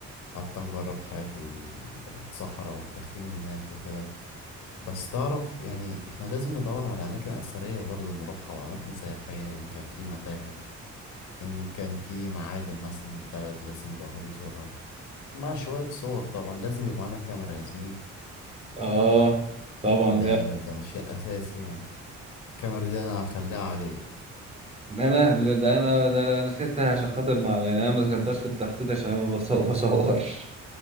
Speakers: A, on the left; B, on the right.
A: حتى نجرب حياة ال- الصحراء والتخييم هناك وكده بس تعرف يعني احنا لازم ندور على أماكن أثرية برضه نروحها وأماكن سياحية إن كان في متاحف إن كان في معالم مثلا البلد لازم الواحد يزورها مع شوية صور طبعا لازم يبقى معانا كاميرا يا زميلي
B: اه طبعا
A: ده
B: جاب
A: ده شيء أساسي يعني الكاميرا دي أنا هخليها عليه
B: انا لا ده انا ده انا نسيتها عشان خاطر مع يعني انا ما ذكرتهاش في التخطيط عشان انا ما بص- بصورش